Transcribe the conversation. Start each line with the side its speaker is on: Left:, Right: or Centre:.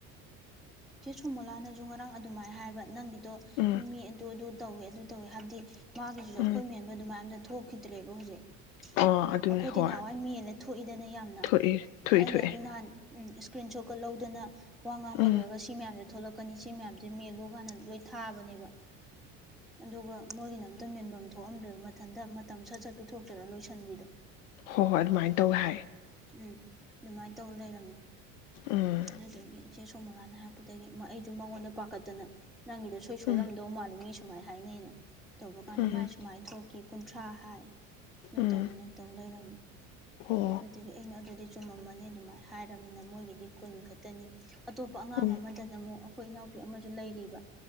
Centre: ꯁꯨꯃꯣꯂꯥ ꯅꯁꯨ ꯉꯔꯥꯡ ꯑꯗꯨꯃꯥꯏ ꯍꯥꯏꯕ ꯅꯪꯒꯤ ꯇꯣ
Left: ꯎꯝ
Centre: ꯃꯤ ꯑꯗꯨ ꯑꯗꯨ ꯇꯧꯋꯦ ꯑꯗꯨ ꯇꯧꯋꯦ ꯍꯥꯏꯕꯗꯤ ꯃꯥꯒꯤꯁꯤꯁꯨ ꯑꯩꯈꯣꯏ
Left: ꯎꯝ
Centre: ꯃꯦꯟꯕ ꯑꯗꯨꯃꯥꯏꯅ ꯊꯣꯛꯈꯤꯗ꯭ꯔꯦꯕ ꯍꯧꯖꯤꯛ
Left: ꯑꯣ ꯑꯗꯨꯅꯦ
Centre: ꯑꯩꯈꯣꯏꯗꯤ
Left: ꯍꯣꯏ
Centre: ꯅꯍꯥꯟꯋꯥꯏ ꯃꯦꯜꯂ ꯊꯣꯛꯏꯗꯅ ꯌꯥꯝꯅ
Left: ꯊꯣꯛꯑꯦ ꯊꯣꯛꯏ
Centre: ꯑꯩꯅ
Left: ꯊꯣꯛꯑꯦ
Centre: ꯑꯗꯨ ꯅꯍꯥꯟ ꯎꯝ ꯏꯁꯀ꯭ꯔꯤꯟ ꯁꯣꯠꯀ ꯂꯧꯗꯅ ꯋꯥ ꯉꯥꯡꯕ
Left: ꯎꯝ
Centre: ꯂꯣꯏꯔꯒ ꯁꯤ ꯃꯌꯥꯝꯁꯦ ꯊꯣꯛꯂꯛꯀꯅꯤ ꯁꯤ ꯃꯌꯥꯝꯁꯦ ꯃꯦꯜꯂꯨ ꯀꯥꯏꯅ ꯂꯣꯏ ꯊꯥꯕꯅꯦꯕ ꯑꯗꯨꯒ ꯃꯣꯏꯒꯤꯅ ꯑꯝꯇ ꯃꯦꯟꯐꯝ ꯊꯣꯛ ꯑꯝꯗ꯭ꯔꯦꯕ ꯃꯊꯟꯇ ꯃꯇꯝ ꯁꯠ ꯁꯠ ꯄꯤꯊꯣꯛꯄꯤꯔ ꯂꯣꯏꯁꯤꯟꯕꯤꯗꯣ
Left: ꯍꯣꯏ ꯍꯣꯏ ꯑꯗꯨꯃꯥꯏꯅ ꯇꯧꯋꯤ ꯍꯥꯏ
Centre: ꯎꯝ ꯑꯗꯨꯃꯥꯏꯅ ꯇꯧ ꯂꯩꯔꯝꯃꯤ
Left: ꯎꯝ
Centre: ꯑꯗꯨ ꯗꯨꯒꯤ ꯏꯆꯦ ꯁꯣꯃꯣꯂꯥꯅ ꯍꯥꯏꯔꯛꯄꯗꯒꯤ ꯑꯩꯁꯨ ꯃꯉꯣꯟꯗ ꯄꯥꯈꯠꯇꯅ ꯅꯪꯒꯤꯗꯣ ꯁꯣꯏ ꯁꯣꯏꯔꯝꯗꯧ
Left: ꯎꯝ
Centre: ꯃꯥꯜꯂꯤ ꯃꯤ ꯁꯨꯃꯥꯏ ꯍꯥꯏꯅꯩꯅ ꯇꯕꯨ ꯀꯥꯟꯗ
Left: ꯎꯝ
Centre: ꯃꯥꯥꯏꯁꯨꯨꯃꯥꯏ ꯊꯣꯛꯈꯤ ꯀꯨꯟꯊ꯭ꯔꯥ ꯍꯥꯏ ꯂꯨꯇꯧꯅꯦ
Left: ꯎꯝ
Centre: <unintelligible> ꯇꯧ ꯂꯩꯔꯝꯃꯤ
Left: ꯑꯣ
Centre: ꯑꯗꯨꯗꯒꯤ ꯑꯩꯅ ꯑꯗꯨꯗꯤ ꯆꯨꯝꯃꯝꯃꯅꯤ ꯑꯗꯨꯃꯥꯏꯅ ꯍꯥꯏꯔꯕꯅꯤꯅ ꯃꯣꯏꯒꯤꯗꯤ ꯀꯨꯟ ꯈꯛꯇꯅꯤ ꯑꯇꯣꯞꯄ ꯑꯉꯥꯡ
Left: ꯎꯝ
Centre: ꯑꯃꯗꯅ ꯑꯃꯨꯛ ꯑꯩꯈꯣꯏ ꯏꯅꯥꯎꯄꯤ ꯑꯃꯁꯨ ꯂꯩꯔꯤꯕ